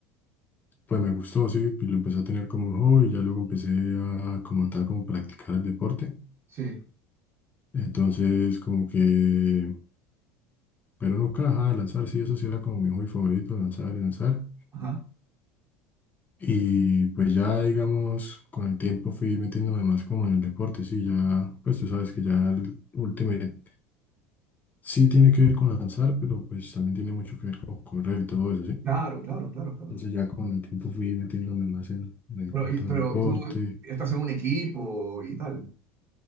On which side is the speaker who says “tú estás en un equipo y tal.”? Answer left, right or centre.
Right